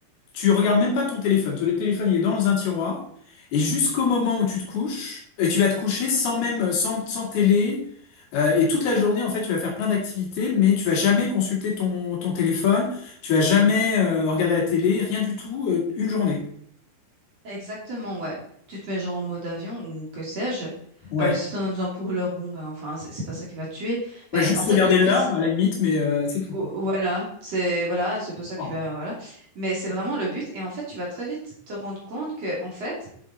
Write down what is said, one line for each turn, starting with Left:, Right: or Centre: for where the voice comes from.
Left: Tu regardes même pas ton téléphone. Ton téléphone, il est dans un tiroir. Et jusqu'au moment où tu te couches, et tu vas te coucher sans même, sans, sans télé. euh, et toute la journée, en fait, tu vas faire plein d'activités, mais tu vas jamais consulter ton, ton téléphone. Tu vas jamais euh, regarder la télé, rien du tout, euh, une journée.
Right: exactement, ouais. Tu te mets genre en mode avion ou que sais-je.
Left: Ouais.
Right: Euh, si tu en as besoin pour l'heure, bon, ben, enfin, c'est c'est pas ça qui va te tuer.
Left: Ouais,
Right: Mais
Left: juste
Right: en fait,
Left: regarder
Right: le but,
Left: l'heure, à la limite, mais euh, c'est tout,
Right: Ou-
Left: quoi.
Right: Voilà, c'est voilà, c'est pour ça
Left: Ah.
Right: qu'il va voilà. Mais c'est vraiment le but et en fait, tu vas très vite te rendre compte que en fait,